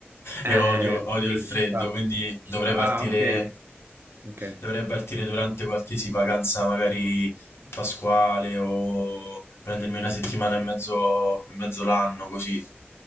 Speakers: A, on the right; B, on the left.
A: eh,
B: io odio,
A: ho
B: odio
A: capito,
B: il freddo,
A: ci sta,
B: quindi
A: ci
B: dovrei
A: sta.
B: partire,
A: Ah, ok, ok.
B: dovrei partire durante qualsiasi vacanza magari pasquale o prendermi una settimana e mezzo, e mezzo l'anno, così.